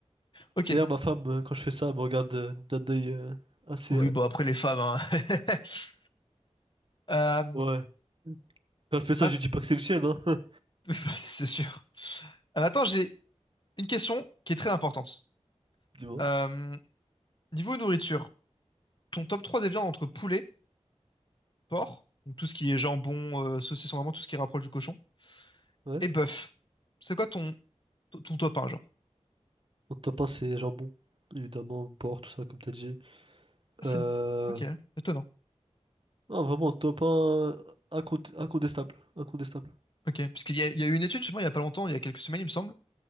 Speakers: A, on the left (about 45°); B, on the right (about 50°).
A: Ok.
B: D'ailleurs, ma femme, euh, quand je fais ça, elle me regarde euh, d'un œil euh, assez...
A: Oui,
B: euh,
A: bah, après, les femmes, hein. <laughs> Euh,
B: Ouais, quand elle fait ça,
A: ma-
B: je lui dis pas que c'est le chien, hein.
A: <laughs> C'est sûr. Euh, attends, j'ai une question qui est très importante.
B: <laughs> Dis-moi.
A: Euh, niveau nourriture, ton top 3 des viandes entre poulet, porc, donc tout ce qui est jambon, euh, saucisson, vraiment tout ce qui rapproche du cochon,
B: Ouais.
A: et bœuf. C'est quoi ton, ton, ton top un, genre?
B: Mon top un c'est jambon, évidemment, porc, tout ça, comme t'as dit.
A: Ah, c'est...
B: Euh...
A: Ok, étonnant.
B: Non, vraiment, top un incont- incontestable, incontestable.
A: Ok, parce qu'il y a, il y a eu une étude, justement, il y a pas longtemps, il y a quelques semaines, il me semble,